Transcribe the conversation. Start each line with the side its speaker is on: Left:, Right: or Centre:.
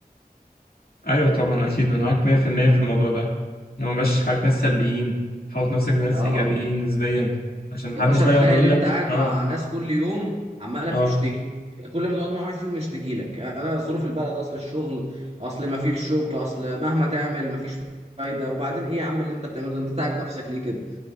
Left: ايوه طبعا اكيد انا معاك 100% في المية في الموضوع ده ان هو مبقاش حواليك ناس سلبيين حوط نفسك بناس
Right: اه
Left: ايجابيين نسبيا عشان محدش
Right: يا باشا
Left: بقى
Right: تخيل
Left: يقعد يقول
Right: انت
Left: لك
Right: قاعد
Left: اه
Right: مع ناس كل يوم عماله
Left: اه
Right: بتشتكي يعني كل ما تقعد مع واحد فيهم يشتكي لك يعني انا ظروف البلد اصل الشغل اصل ما فيش شغل اصل مهما تعمل ما فيش فايده وبعدين ايه يا عم اللي انت بتعمله ده انت تعب نفسك ليه كده